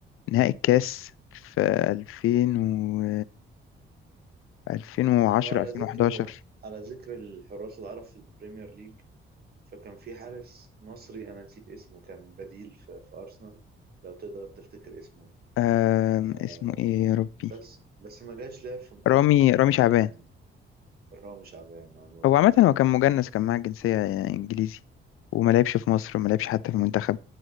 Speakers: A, on the left; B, on the right.
A: نهائي الكاس في 2000 و 2010
B: هو على
A: 2011
B: ذكر على ذكر الحراس العرب في البريمير ليج فكان في حارس مصري أنا نسيت اسمه كان بديل في, في أرسنال لو تقدر تفتكر اسمه
A: آم،
B: آه
A: اسمه ايه يا ربي
B: بس بس ما جاش لعب في منتخب
A: رامي
B: مصر
A: رامي
B: برضه
A: شعبان
B: يعني رامي شعبان آه، مظبوط
A: هو عامة هو كان مجنس كان معاه الجنسية إنجليزي وما لعبش في مصر وما لعبش حتى في المنتخب